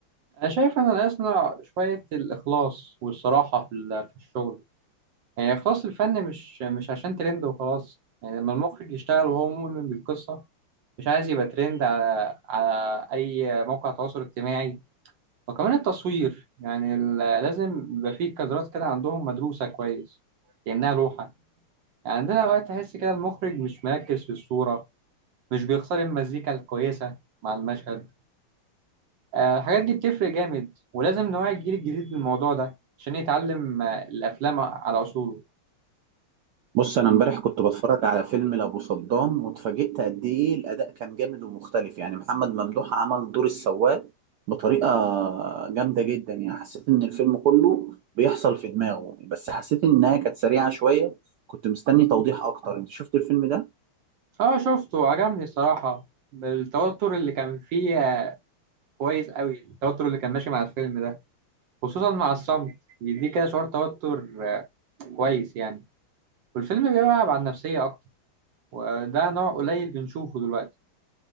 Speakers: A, on the right (about 70°); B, on the right (about 85°).
A: انا شايف ان الاصنع شويه الاخلاص والصراحه في ال- في الشغل يعني اخلاص الفن مش مش عشان ترند وخلاص يعني لما المخرج يشتغل وهو مؤمن بالقصه مش عايز يبقى ترند على على اي موقع تواصل اجتماعي وكمان التصوير يعني ال- لازم يبقى فيه كادرات كده عندهم مدروسه كويس كانها لوحه يعني عندنا اوقات تحس كده المخرج مش مركز في الصوره مش بيختار المزيكا الكويسه مع المشهد آه، الحاجات دي بتفرق جامد ولازم نوعي الجيل الجديد بالموضوع ده عشان يتعلم آه، الأفلام على أصوله
B: بص انا امبارح كنت بتفرج على فيلم لابو صدام واتفاجئت قد ايه الاداء كان جامد ومختلف يعني محمد ممدوح عمل دور السواق بطريقه جامده جدا يعني حسيت ان الفيلم كله بيحصل في دماغه بس حسيت انها كانت سريعه شويه كنت مستني توضيح اكتر انت شفت الفيلم ده
A: اه شفته عجبني الصراحة التوتر اللي كان فيه آه، كويس قوي التوتر اللي كان ماشي مع الفيلم ده خصوصا مع الصمت بيديك كده شعور توتر آه، كويس يعني والفيلم بيلعب على النفسية أكتر وده نوع قليل بنشوفه دلوقتي